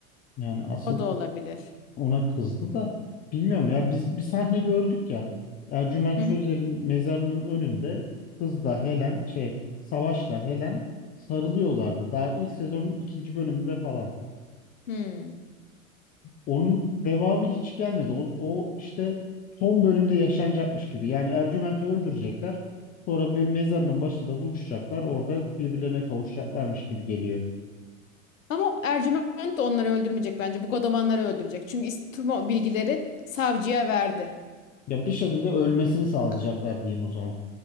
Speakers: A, on the left; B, on the left.
A: Yani asıl
B: O da olabilir.
A: ona kızdı da bilmiyorum ya biz bir sahne gördük ya. Ercüment
B: Hı
A: Çözer'in
B: hı.
A: mezarının önünde kızla Helen şey Savaş'la Helen sarılıyorlardı. Daha ilk sezonun ikinci bölümünde falan.
B: Hmm.
A: onun devamı hiç gelmedi. O, o işte son bölümde yaşanacakmış gibi. Yani Ercüment'i öldürecekler. Sonra bir mezarının başında buluşacaklar. Orada birbirlerine kavuşacaklarmış gibi geliyor.
B: Ama Ercüment de onları öldürmeyecek bence. Bu godamanları öldürecek. Çünkü ist- tüm o bilgileri savcıya verdi.
A: Ya bir şekilde ölmesini sağlayacaklar diyeyim o zaman.